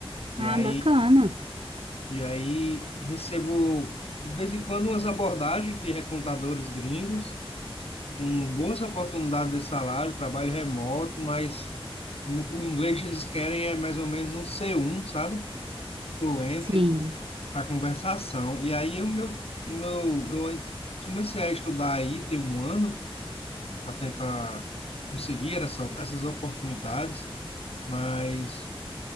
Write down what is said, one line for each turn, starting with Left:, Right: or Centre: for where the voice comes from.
Right: Ah,
Left: e aí
Right: bacana.
Left: e aí recebo de vez em quando umas abordagens de recrutadores gringos com boas oportunidades de salário, trabalho remoto, mas no, o inglês que eles querem é mais ou menos um C1, sabe? Fluente
Right: Sim.
Left: para conversação. E aí o meu, o meu, eu comecei a estudar aí tem um ano para tentar conseguir essa, essas oportunidades, mas